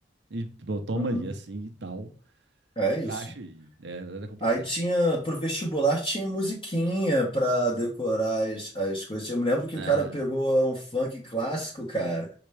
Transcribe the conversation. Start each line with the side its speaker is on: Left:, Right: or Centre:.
Right: E pô, toma
Left: Uhum.
Right: aí, assim, e tal.
Left: É
Right: E
Left: isso.
Right: acha aí. Era, era complicado.
Left: Aí tinha, pro vestibular tinha musiquinha pra decorar as, as coisas. Eu me lembro que
Right: Ah,
Left: o cara pegou um funk clássico, cara.